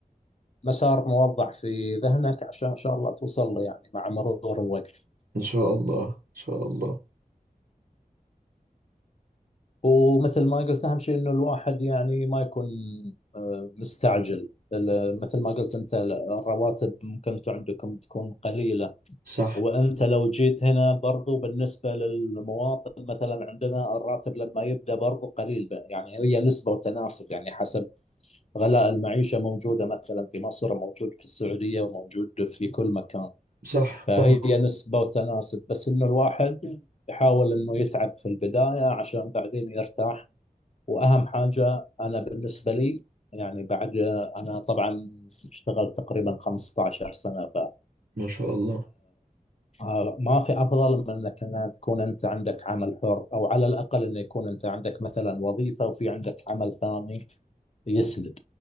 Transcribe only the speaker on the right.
ان شاء الله ان شاء الله
صح
صح
فاهم
ما شاء الله